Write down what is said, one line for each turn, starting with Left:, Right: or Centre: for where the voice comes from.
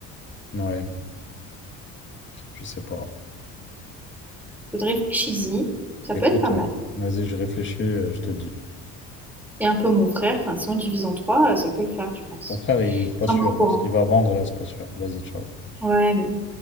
Left: Ouais, je sais pas.
Centre: Écoute, réfléchis-y, ça
Left: Écoute,
Centre: peut être pas mal.
Left: ouais. Vas-y, je réfléchis, euh, je te dis.
Centre: Et un peu mon frère, enfin, si on divise en trois, euh, ça peut le faire, je pense.
Left: Ton frère, il est pas
Centre: Tiens-moi
Left: sûr.
Centre: au courant.
Left: Ce qu'il va vendre là, c'est pas sûr. Vas-y, ciao.
Centre: Ouais, mais bon.